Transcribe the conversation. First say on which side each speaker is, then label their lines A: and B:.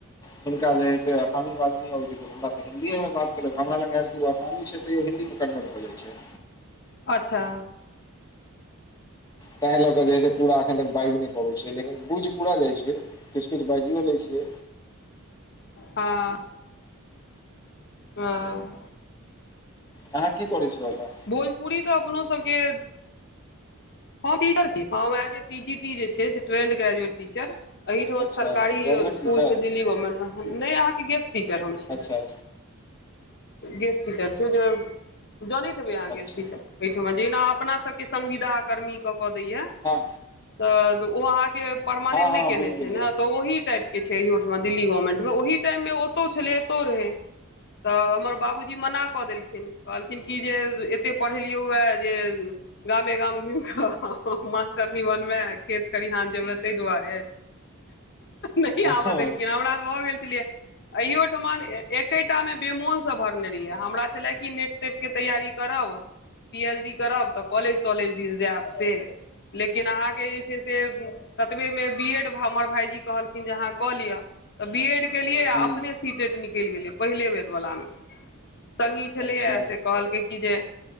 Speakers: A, on the left; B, on the left.
A: हुनका जे छै से आसानीसँ बाजि नहि अबै छै हमरा सभकेँ। हिन्दीए मे बात केलक, हमरा लग तऽ असमिया छै, तैयो हिन्दीमे कन्वर्ट भऽ जाइ छै।
B: अच्छा
A: ताहि लऽ कऽ जे ह पूरा अखन तक बाजि नहि पाबै छै, लेकिन बुझि पूरा जाइ छै, किछु किछु बाजियो लै छै।
B: हँ हँ
A: अहाँ की करै छलहुँ?
B: भोजपुरी तऽ अपनो सभके हम टीचर छी, ए टी जी टी जे छै से ट्रेन्ड ग्रेजुएट टीचर। एहिठाम
A: अच्छा
B: सरकारी
A: अच्छा गवर्नमेन्ट
B: स्कूल
A: टीचर
B: छै, दिल्ली गवर्नमेंटमे ने, अहाँके गेस्ट टीचर हम। छी
A: अच्छा
B: गेस्ट टीचर छै, जनैबै अहाँ
A: अच्छा
B: गेस्ट टीचर। तऽ जेना अपना सभके संविदा कर्मीके कऽ देलै।
A: हँ
B: तऽ ओ अहाँके परमानेंट
A: हँ
B: नहि
A: हँ
B: केने
A: बुझि गेलियै
B: छै ने, तऽ ओहि टाइप। के छै इहोठाम दिल्ली गवर्नमेंटमे, ओहि टाइममे ओतऽ छलै, एतऽ रहै। तऽ हमर बाबूजी मना कऽ देलखिन कहलखिन कि जे एतेक पढ़ेलियै हए जे गामे गाम घुम कऽ मास्टरनी बनबे खेत खरिहान जेमेय ताहि दुआरे नहि
A: हँ
B: आबऽ
A: हँ
B: देलखिन हमरा भऽ गेल छलै यऽ अयो ठमन एकेटा मे बेमोन से भरने रहियै हमरा छले की नेट तेट के तैयारी करब पी एच डी करब तऽ कॉलेज तॉलेज दिस जायब से लेकिन अहाँके जे छै से ततबे मे बी एड हमर भायजी कहलखिन जे अहाँ कऽ लिअ तऽ बी एड केलियै आ
A: हुँ
B: अपने सी टेट निकैल गेलै पहिले बेर वला मे स संगी छलैय
A: अच्छा
B: से कहलकै की जे